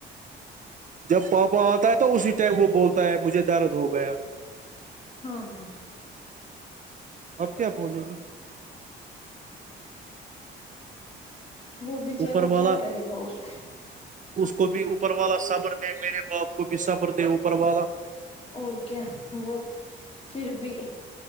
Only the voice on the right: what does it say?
جب پاپا آتا ہے تو اسی ٹائم وہ بولتا ہے مجھے درد ہو گیا
اب کیا بولیں گے
اوپر والا
اس کو بھی اوپر والا صبر دے میرے باپ کو بھی صبر دے اوپر والا